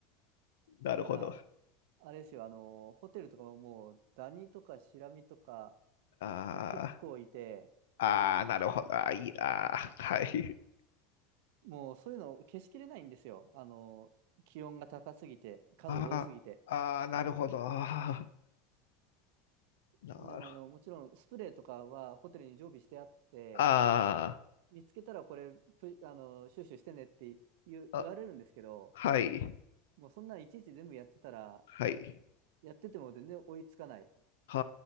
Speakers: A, on the left; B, on the right.
A: なるほど。
B: だから、あれですよ、あの、ホテルとかももう、ダニとかシラミとか、
A: あー
B: もう結構いて、
A: あー、なるほど。あーいいな。あーはい。
B: もうそういうの消しきれないんですよ。あの、気温が高すぎて、数が多すぎて。
A: あーあー、なるほど。あーなるほど。
B: でもあの、もちろんスプレーとかはホテルに常備してあって、
A: あ
B: 見つけたらこれ、プあの、収集してねって言う、
A: ーあ、
B: 言われるんですけど、
A: はい。
B: もうそんなんいちいち全部やってたら、
A: はい。
B: やってても全然追いつかない
A: は